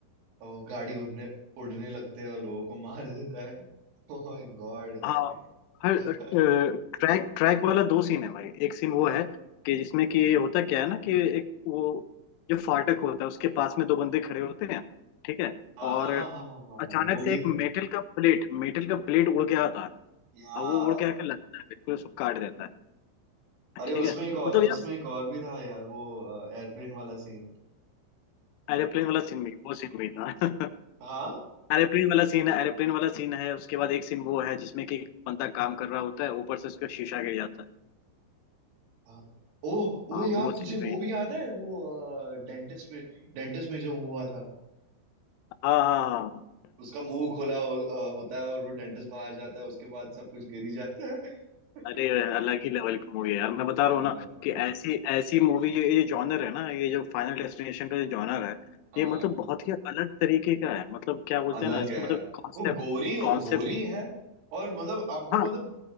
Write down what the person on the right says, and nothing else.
वो गाड़ी उड़ने उड़ने लगते हैं और लोगों को मार देता है <laughs> ओ माय गॉड यार
<laughs>
हाँ
हाँ हाँ हाँ हाँ हाँ
हाँ, वो
भी
था
यार
अरे
उसमें
एक और
उसमें एक और भी था यार वो एयरप्लेन वाला सीन
हाँ
हाँ ओ
ओ यार
तुझे वो भी याद है वो डेंटिस्ट में डेंटिस्ट में जो हुआ था
उसका मुंह खोला हो, अ, होता है और वो डेंटिस्ट बाहर जाता है उसके बाद सब कुछ गिरी जाता है <laughs>
ओ
माय गॉड
हाँ
अलग
है यार
वो गोरी
गोरी है और मतलब आपको
मतलब